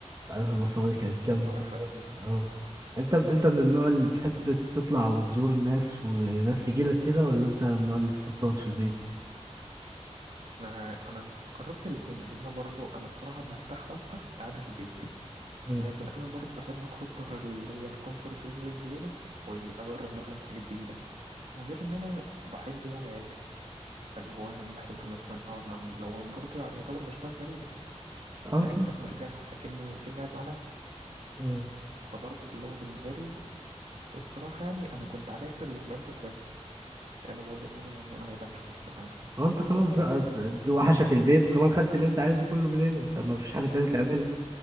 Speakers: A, on the right; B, on the right.
A: عادة المصطبة دي كانت
B: كان
A: جامدة
B: تحفة
A: جامدة اه انت انت من النوع اللي بتحب تطلع وتزور الناس وناس تجيلك كده ولا انت من النوع اللي بتحب تقعد في البيت؟
B: انا انا جربت الاثنين اللي انا برضو انا الصراحه برتاح اكتر لقعده البيت
A: مم.
B: لكن انا برضو بحب اخرج بره اللي هي الكونفورت زي ما بيقولوا واجرب مثلا حاجات جديده وغير ان انا بحب يعني عيلتي فاللي هو أنا بحب مثلا اقعد معاهم اللي هو برضو يعتبر مش ناس غريبه
A: اه
B: انا
A: طبعا
B: قاعد هناك مرتاح اكني اكني قاعد مع نفسي
A: مم.
B: فبرضو اللي هو بالنسبه لي الصراحه يعني انا كنت على اخر الاسبوعين كنت بزهق انا بقول لماما انا عايز امشي خلاص انا
A: اه انت خلاص
B: ايه
A: بقى ت- وحشك البيت وكمان خدت اللي انت عايزه كله من هنا انت ما فيش حاجة تانية
B: اللي
A: تعملها